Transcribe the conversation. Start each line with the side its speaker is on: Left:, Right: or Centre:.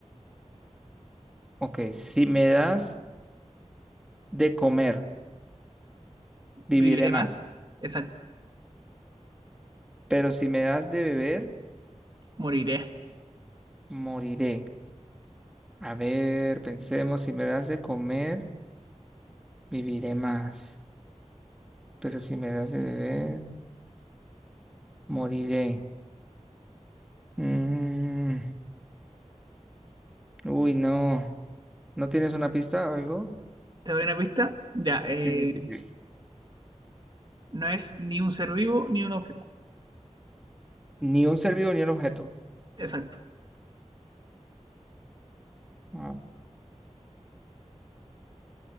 Centre: Ok, si me das de comer, viviré
Right: Viviré
Centre: más.
Right: más, exacto,
Centre: Pero si me das de beber,
Right: moriré.
Centre: moriré. A ver, pensemos, si me das de comer. viviré más, pero si me das de beber, moriré. Mm, uy, no. ¿No tienes una pista o algo?
Right: ¿Te doy una pista? Ya, eh,
Centre: Sí, sí, sí, sí.
Right: no es ni un ser vivo ni un objeto,
Centre: Ni un ser vivo ni un objeto.
Right: exacto.
Centre: Ah,